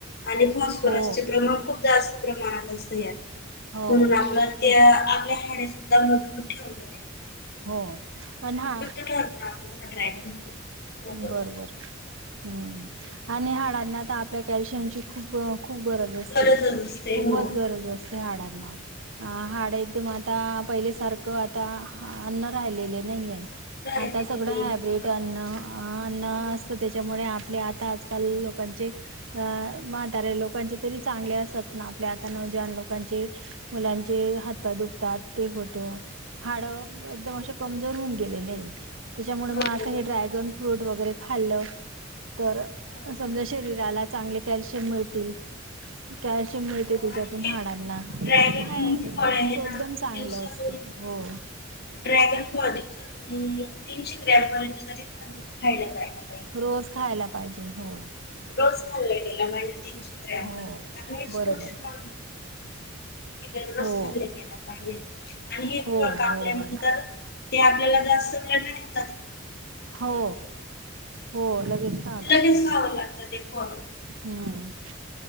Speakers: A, on the left (about 55°); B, on the right (about 80°).
A: आणि फॉस्फरसचे
B: हो
A: प्रमाण खूप जास्त प्रमाणात असत यात.
B: हो
A: म्हणून आपलं त्या
B: ते
A: आपल्या हाडे सुद्धा मजबूत ठेवतते.
B: हो अण हा..
A: कुठ होता आपला हा ड्रॅगन फ्रूट? हो बोला.
B: बर बर. हम्म आणि हाडांना आ आपल्या कॅल्शियमची खूप, खूप गरज
A: गरजच असते
B: खूपच
A: हो बरोबर
B: गरज असते हाडांना. अ हाडे एकदम आता पहिले सारखं आता अन्न राहिलेले नाहीये.
A: राहिलेले
B: आता सगळं
A: नाही
B: हॅबरेट
A: बरोबर.
B: अन्न, अन्न
A: हो
B: त्याच्यामुळे आपल्या आता आजकाल लोकांचे अ म्हातारे लोकांचे तरी चांगले असतात ना आपले आता नऊजवान लोकांचे मुलांचे हातपाय दुखतात ते होत. हाड एकदम असे कमजोर होऊन गेलेले आहे. त्याच्यामुळे
A: हो
B: मग आता हे
A: बरोबर.
B: ड्रॅगन फ्रूट वगैरे खाल्ल तर
A: हो.
B: समजा शरीराला चांगले कॅल्शियम मिळतील, कॅल्शियम मिळतील
A: हो
B: त्याच्यातून
A: आणि हे
B: हाडांना
A: ड्रॅगन
B: ते काय त
A: फळ हे ना
B: एकदम चांगलं
A: दिवसातून
B: असते हो..
A: ड्रॅगन फॉली म तीनशे ग्रॅम पर्यंत तर खायला जायणार
B: रोज खायला पाहिजे हो.
A: रोज खाल्ले गला माहिजे तीनशे ग्रॅमपर्यंत
B: हो
A: कारण हे
B: बरोबर
A: सुरक्षित मा कि दररोज
B: हो
A: खाल्ले गला पाहिजे आणि हे
B: हो
A: फळ आपल्यान.
B: बरोबर
A: ते आपल्याला जास्त प्रमाणात
B: हो हो लगेच. चा लागते
A: लगेच
B: ते
A: खावं लागतं ते फळ
B: हम्म.